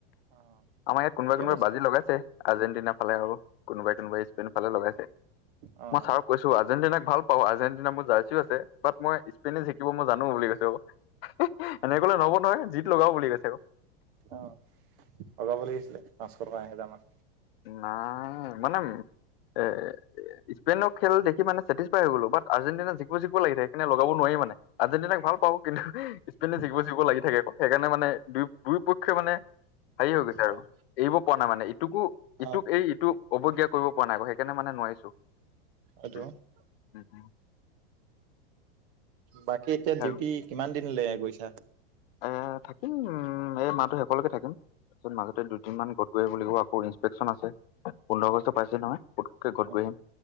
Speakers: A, on the right (about 60°); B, on the left (about 70°).
A: অ',।
B: আমাৰ ইয়াত কোনোবা-কোনোবাই
A: কেতিয়াবা
B: বাজি লগাইছে, আৰ্জেণ্টিনা ফালে আৰু কোনোবাই-কোনোবাই স্পেন ফালেও লগাইছে।
A: অ',
B: মই চা কৈছো। আৰ্জেণ্টিনাক ভাল পাওঁ, আৰ্জেণ্টিনা মোৰ জাৰ্চিও আছে, বাত মই স্পেনে জিকিলে জিকিব মই জানো বুলি কৈছে অ',। এনেক'লে নহ'ব নহয়, জিত লগাও বুলি কৈছে আকৌ।
A: অ', লগাব লাগিছিলে, পাঁচশ টকা-এহেজাৰ মান।
B: নাই, মানে এ স্পেইনৰ খেল দেখি মানে ছেটিচফাই হৈ গ'লো। বাত আৰ্জেণ্টিনা জিকিব-জিকিব লাগি থাকে, সেইকাৰণে লগাব নোৱাৰি মানে। আৰ্জেণ্টিনাক ভাল পাওঁ। কিন্তু, জিকিব-জিকিব
A: অ',
B: লাগি থাকে আকৌ সেইকাৰণে মানে, দু-দুয়ো পক্ষই মানে হেৰি হৈ গৈছে আৰু
A: অ',
B: এৰিব পৰা নাই মানে। ইটোকো, ইটোক
A: অ',
B: এৰি ইটোক অৱজ্ঞা কৰিব পৰা নাই, আকৌ সেইকাৰণে মানে নোৱাৰিছো।
A: <inaudible>
B: উম উম, উম,
A: বাকী, এতিয়া ডিউটি
B: আৰু
A: কিমান দিন লকে গৈছা?
B: এ, থাকিম উম, এই মাহটোৰ শেষলৈকে থাকিম। তাৰপিছত, মাজতে দুদিনমান ঘৰত হৈ আহিব লাগিব, আকৌ ইন্সপেক্টচন আছে। পোন্ধৰ আগষ্ট পাইছেহি নহয়, পোতোকে ঘৰত
A: অ',
B: গৈ আহিম।